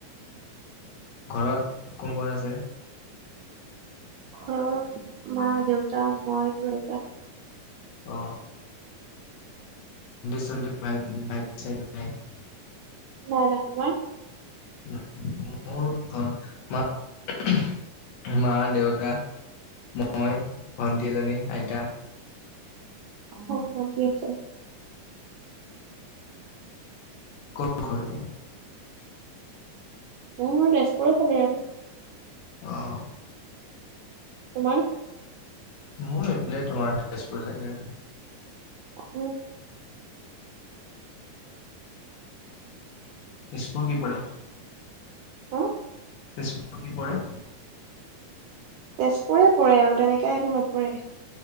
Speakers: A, on the left; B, on the right.
A: ঘৰত কোন, কোন আছে।
B: ঘৰত মা, দেউতা মই আৰু এতিয়া
A: অ, স, চাই, চাই <inaudible>
B: ন, নাগৱ <inaudible>
A: মোৰ ঘ ম <inaudible> মা, দেউতা, মই, ভন্টি এজনী, আইতা
B: হৰু ভানটি আছে।
A: ক, খ <inaudible>
B: মোৰ তেজপুৰৰ ফালে আৰু।
A: আহ।
B: তোমাৰ?
A: মোৰ এইফালে তোমাৰ তেজপুৰ চাইদে।
B: আহ।
A: নিছপুৰ কি প <inaudible>
B: হ
A: তেজপুৰ কি পৰে?
B: তেজপুৰে পৰে আৰু তেনেকে একো নপৰে।